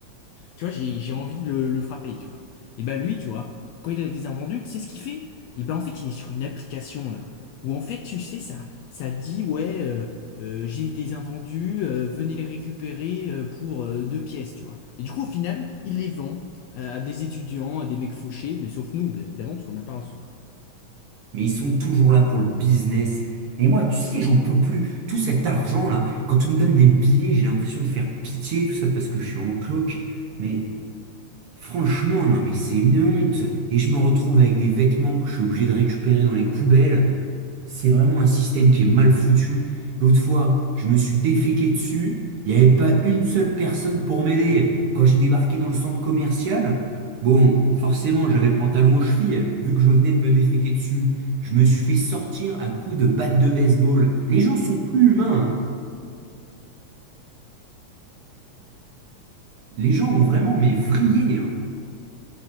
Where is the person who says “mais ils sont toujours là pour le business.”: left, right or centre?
Right